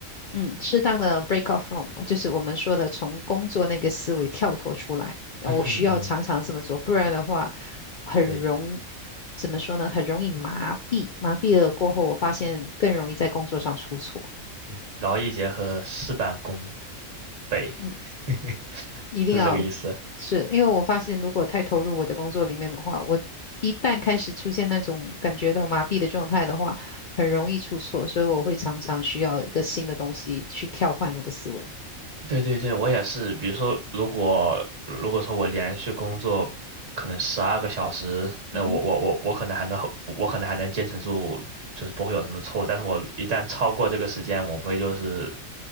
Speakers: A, on the left; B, on the right.
A: 嗯，适当的 break off from，就是我们说的从工作那个思维跳脱出来。然后我需要常常这么做，
B: 嗯嗯嗯，
A: 不然的话，很容，
B: 对，
A: 怎么说呢？很容易麻痹，麻痹了过后，我发现更容易在工作上出错。
B: 诶劳逸结合，事半功倍，
A: 嗯，
B: <laughs>
A: 一定要
B: 是这个意思。
A: 是因为我发现，如果太投入我的工作里面的话，我一旦开始出现那种感觉到麻痹的状态的话，很容易出错，所以我会常常需要一个新的东西去跳换我的思维。
B: 对对对，我也是。比如说，如果如果说我连续工作可能十二个小时，那我我我我可能还能我可能还能坚持住，
A: 嗯哼。
B: 就是不会有什么错误。但是我一旦超过这个时间，我会就是